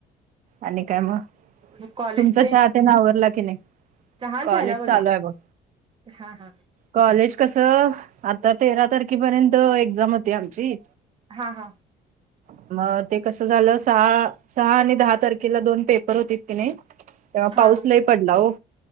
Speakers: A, on the right; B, on the right.
A: आणि काय मग.
B: मग कॉलेज
A: तुमचा
B: ते?
A: चहा तेन आवरला की नाही?
B: चहा
A: कॉलेज
B: झाला बघा
A: चालू आहे बघ
B: हा हा.
A: कॉलेज कसं आता तेरा तारखेपर्यंत एक्झाम होती आमची.
B: हा-हा.
A: मग ते कसं झालं सहा-सहा आणि दहा तारखेला दोन पेपर होतेत कि नय, तेव्हा
B: हां
A: पाऊस
B: हां.
A: लय पडला हो